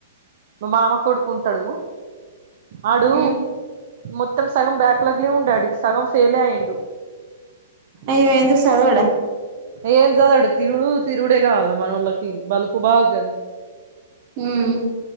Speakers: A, on the right; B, on the right.
A: మా మామ కొడుకు ఉంటాడు ఆడు
B: ఉమ్
A: మొత్తం సగం బ్యాక్ లాగ్ లే ఉండే ఆడు సగం ఫెలే అయ్యండు
B: అయ్యో ఎందుకు సదువడ
A: ఏం సదువడు తినుడు తిరుడే కావాల మనోళ్ళకి బలుపు బాగ కదా
B: మ్